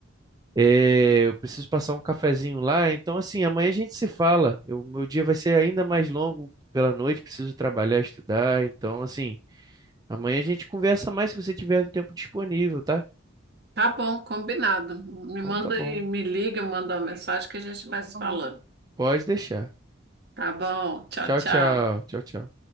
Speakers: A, on the right; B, on the right.
A: É, eu preciso passar um cafezinho lá, então assim, amanhã a gente se fala. Eu, meu dia vai ser ainda mais longo pela noite, preciso trabalhar, estudar, então assim, amanhã a gente conversa mais se você tiver um tempo disponível, tá?
B: Tá bom, combinado. Me
A: Então
B: manda
A: tá bom,
B: e me liga, manda uma mensagem que a gente vai se falando.
A: pode deixar.
B: Tá bom, tchau,
A: Tchau,
B: tchau.
A: tchau, tchau, tchau.